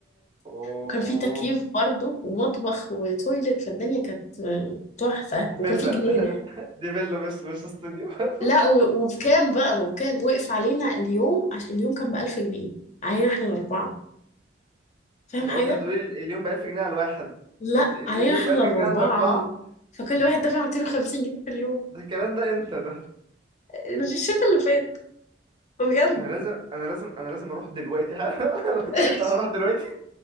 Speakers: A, on the right (about 25°); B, on the left (about 40°).
A: اوه
B: وكان في تكييف برضه ومطبخ وتويلت فالدنيا كانت آه، تحفة
A: دي
B: وكان
A: فيلا
B: في جنينة
A: <laughs> دي فيلا بس بس استوديو <laughs>
B: لا و- وبكام بقى وبكام وقف علينا اليوم عشان اليوم كان بألف جنيه علينا احنا الأربعة فاهم
A: انا
B: حاجة؟
A: قلت هتقولي اليوم ب 1000 جنيه على الواحد
B: لا
A: قلت ال-
B: علينا
A: اليوم
B: احنا
A: ب 1000
B: الأربعة
A: جنيه على الاربعه
B: فكل واحد دفع 250 جنيه في اليوم
A: ده الكلام ده امتى ده
B: <laughs> الشتا اللي فات بجد
A: انا لازم انا لازم انا لازم اروح دلوقتي حالا. <laughs>
B: <laughs>
A: انا هروح دلوقتي